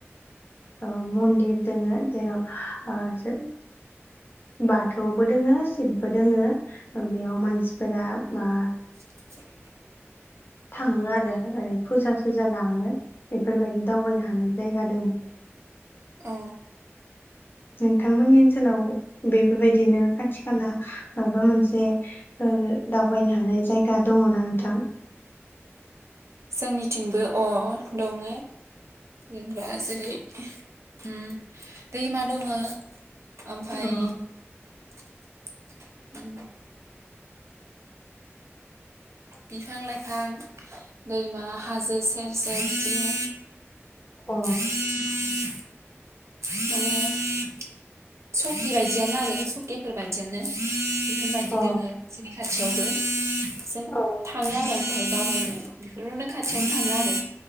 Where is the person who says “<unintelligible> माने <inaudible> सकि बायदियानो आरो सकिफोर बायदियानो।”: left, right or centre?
Right